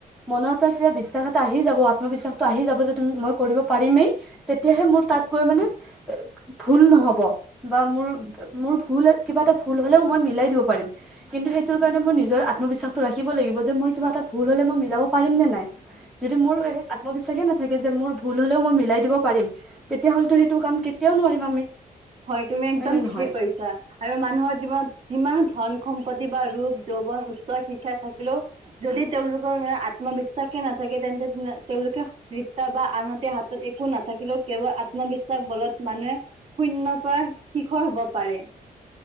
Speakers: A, in the centre; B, on the right.
A: মনৰ পৰা কিবা বিশ্বাস এটা আহি যাব, আত্মবিশ্বাসটো আহি যাব যে তুমি মই কৰিব পাৰিমেই তেতিয়াহে মোৰ তাত গৈ মানে <unintelligible> ভুল নহ'ব বা মোৰ মোৰ ভুল কিবা এটা ভুল হ'লেও মই মিলাই দিব পাৰিম কিন্তু সেইটোৰ কাৰণে মই নিজৰ আত্মবিশ্বাসটো ৰাখিব লাগিব যে মই কিবা এটা ভুল হ'লে মই মিলাব পাৰিম নে নাই যদি মোৰ এই আত্মবিশ্বাসে নাথাকে যে মোৰ ভুল হলেও মই মিলাই দিব পাৰিম তেতিয়া হ'লেটো সেইটো কাম কেতিয়াও নোৱাৰিম আমি।
B: হয় তুমি একদম
A: হয় নে নহয়
B: ঠিকে কৈছা। আৰু মানুহৰ জীৱন যিমান ধন সম্পত্তি বা ৰূপ যৌৱন উচ্চ শিক্ষাই থাকিলেও যদি তেওঁলোকৰ মানে আত্মবিশ্বাসে নাথাকে তেন্তে তিন তেওঁলোকে ৰিপ্তা বা আনহাতে হাতত একো নাথাকিলেও কেৱল আত্মবিশ্বাস বলত মানুহে শূন্যৰ পৰা শিখৰ হব পাৰে।